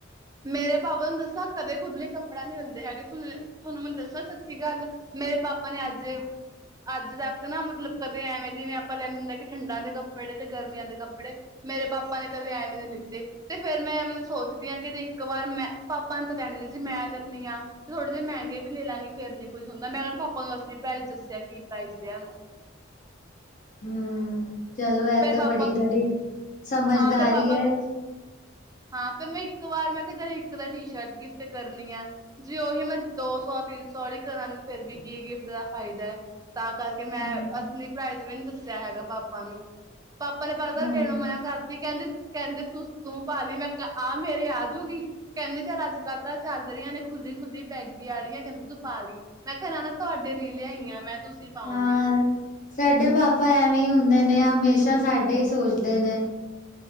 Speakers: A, on the right; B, on the left.
A: ਮੇਰੇ ਪਾਪਾ ਨੂੰ ਦਸਾ ਕਦੇ ਖੁਦਲੀ ਕੱਪੜਾ ਨੀ ਲੈਂਦੇ ਹੈਗੇ ਤੂੰਸੀ ਤੁਹਾਨੂੰ ਮੈ ਦੱਸੇਆ ਸੱਚੀ ਗੱਲ, ਮੇਰੇ ਪਾਪਾ ਨੇ ਅੱਜ ਅੱਜ-ਤੱਕ ਨਾ, ਮਤਲਬ ਕਦੇ ਐਵੇਂ ਜਿਵੇਂ ਅਪਾਂ ਲੈਦੇ ਕਿ ਠੰਡਾਂ ਦੇ ਕੱਪੜੇ ਤੇ ਗਰਮੀਆਂ ਦੇ ਕੱਪੜੇ ਮੇਰੇ ਪਾਪਾ ਨੇ ਕਦੇ ਐਵੇ ਵੀ ਨਈ ਲਿੱਤੇ ਤੇ ਫੇਰ ਮੈਂ ਮਤਲਬ ਸੋਚਦੀ ਹਾਂ ਕਿ ਇੱਕ ਵਾਰ ਮੈਂ ਪਾਪਾ ਨੂੰ ਤਾਂ ਲੈਣੇ ਨੇ ਜੀ ਮੈਂ ਲੈਂਨੀ ਹਾਂ। ਤੇ' ਥੋੜੇ ਜਿਹੇ ਮਹਿੰਗੇ ਵੀ ਲੈ ਲਾਂਗੀ ਫੇਰੀ ਕੁਝ ਹੁੰਦਾ ਮੈਂ ਕ' ਪਾਪਾ ਨੂੰ ਅਸਂ ਪ੍ਰਾਈਜ਼ ਦੱਸਿਆ ਕੀ ਪ੍ਰਾਈਜ਼ ਲਿਆ ਮੈਂ
B: ਹੂੰ, ਚਲੋ ਇਹ
A: ਫੇਰ
B: ਤੇ
A: ਪਾਪਾ
B: ਬੜੀ ਕੜੀ ਸਮਝਦਾਰੀ
A: ਹਾਂ ਫੇਰ ਪਾਪਾ
B: ਐ।
A: ਹਾਂ ਫ' ਮੈਂ ਇੱਕ ਵਾਰ ਮੈਂ ਕਿਹਾ ਤ' ਇੱਕ ਦਾ ਟੀ ਸ਼ਰਟ ਗਿਫਟ ਕਰਨੀ ਆ ਜੀ ਉਹੀ ਮੈਂ ਦੋ ਸੌ, ਤਿੰਨ ਸੌ ਵਾਲੀ ਕਰਾਂਗੀ ਫੇਰ ਵੀ ਕੀ ਗਿਫਟ ਦਾ ਫਾਇਦਾ ਹੈ ਤਾਂ ਕਰਕੇ ਕਿ ਮੈਂ
B: ਹੂੰ,
A: ਅਸਲੀ ਪ੍ਰਾਈਜ਼ ਵੀ ਨੀ ਦੱਸਿਆ ਹੈਗਾ ਪਾਪਾ ਨੂੰ ਪਾਪਾ ਨੇ ਪਤਾ
B: ਹੂੰ,
A: ਦੇੈਣ ਮਨਾ ਕਰਤੀ ਕਹਿੰਦੇ ਕਹਿੰਦੇ ਤੂੰ ਤੂੰ ਪਾ ਲੀਂ ਮੈਂ ਆਹ ਮੇਰੇ ਆਜੂਗੀ ਕਹਿੰਦੇ ਚੱਲ ਅੱਜ ਕੱਲ੍ਹ ਤਾਂ ਚਲ਼ਰੀਆਂ ਨੇ ਖੁੱਲੀ-ਖੁੱਲੀ ਬੈਗੀ ਆਲੀੀਆਂ ਕਹਿੰਦੇ ਤੂੰ ਪਲੀਂ ਮੈਂ ਕਿਹਾ ਨਾ-ਨਾ ਤੁਹਾਡੇ ਲਈ ਲਿਆਈ ਆਂ ਮੈਂ ਤੁਸੀਂ ਪਾਓਗੇ।
B: ਹਾਂ। ਸਾਡੇ ਪਾਪਾ ਐਵੇਂ ਹੀ ਹੁੰਦੇ ਨੇ ਹਮੇਸ਼ਾ ਸਾਡੇ ਹੀ ਸੋਚਦੇ ਨੇ।